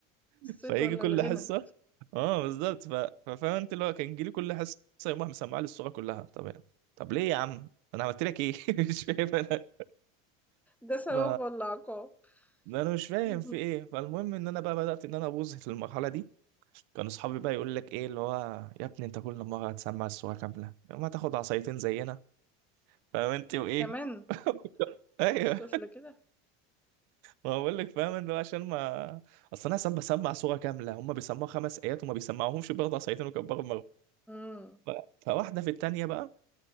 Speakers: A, in the centre; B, on the right.
A: الصيت
B: فيجي
A: والّا
B: كل
A: الغنى،
B: حصه اه بالظبط ف... ففاهم انت اللي هو كان يجي لي كل حصه يقوم راح مسمع لي الصوره كلها طب يعني. طب ليه يا عم انا عملت لك ايه <laughs> مش فاهم انا
A: ده ثواب
B: ف...
A: والّا عقاب؟ <laughs>
B: انا مش فاهم
A: اهم،
B: في ايه فالمهم ان انا بقى بدات ان انا ابوظ في المرحله دي كان اصحابي بقى يقول لك ايه اللي هو يا ابني انت كل مره هتسمع الصوره كامله ما تاخد عصايتين زينا فاهم انت وايه
A: كمان!
B: <laughs> ايوه
A: وصلت لكده؟
B: ما بقول لك فاهم اللي هو عشان ما اصل انا سام بسمع صوره كامله هم بيسمعوا خمس ايات وما بيسمعوهمش برضه عصايتين وكبروا
A: إمم،
B: ف- فواحدة في التانية بقى